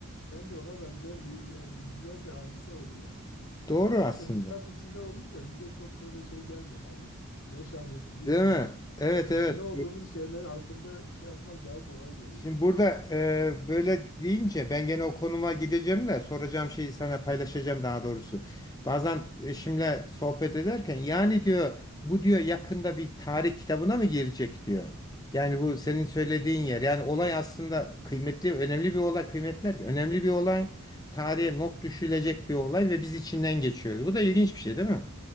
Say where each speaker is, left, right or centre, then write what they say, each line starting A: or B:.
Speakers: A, on the left; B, on the left.
A: bence ona benzer yü- yani yüzlerce hadise oluyor.
B: doğru
A: Nedense
B: aslında.
A: bizzat içinde olunca bize çok böyle şey gelmiyor. Yani yaşamış, bitmiş,
B: Değil mi? Evet
A: dışında
B: evet.
A: olduğumuz şeyler hakkında şey yapmak daha kolay geliyor.
B: Şimdi burada e, böyle deyince ben gene o konuma gideceğim de soracağım şeyi sana paylaşacağım daha doğrusu. Bazen eşimle sohbet ederken yani diyor bu diyor yakında bir tarih kitabına mı girecek diyor. Yani bu senin söylediğin yer. Yani olay aslında kıymetli, önemli bir olay, kıymetler önemli bir olay. Tarihe not düşülecek bir olay ve biz içinden geçiyoruz. Bu da ilginç bir şey değil mi?